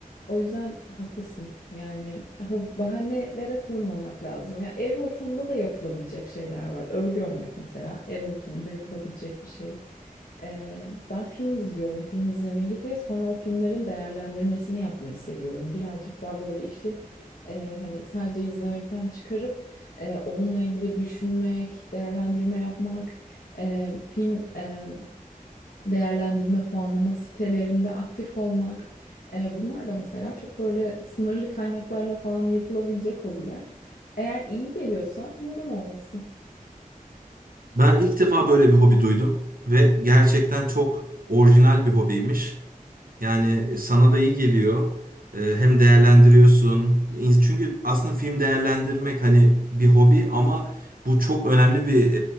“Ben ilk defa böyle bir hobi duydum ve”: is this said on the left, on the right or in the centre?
Right